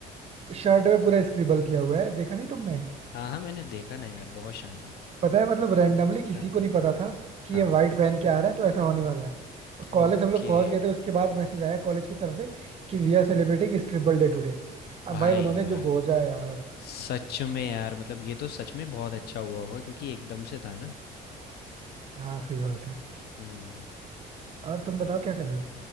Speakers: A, on the right (about 40°); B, on the left (about 70°).
A: शर्ट पे पूरा स्क्रिबल किया हुआ है देखा नहीं तुमने
B: हाँ हाँ मैंने देखा ना यार, बहुत शानदार।
A: पता है मतलब रैंडमली किसी
B: हाँ
A: को नहीं पता था कि
B: हाँ
A: ये व्हाइट पहन के आ रहे हैं तो ऐसा होने वाला है कॉलेज
B: ओके
A: हम लोग पहुंच गए थे उसके बाद मैसेज आया कॉलेज की तरफ से कि we are celebrating scribble day today अब
B: भाई
A: भाई उन्होंने
B: यार
A: जो गोजा है यार
B: सच में यार मतलब ये तो सच में बहुत अच्छा हुआ होगा क्योंकि एकदम से था ना
A: हाँ सही बात है
B: हम्म
A: और तुम बताओ क्या कर रहे हो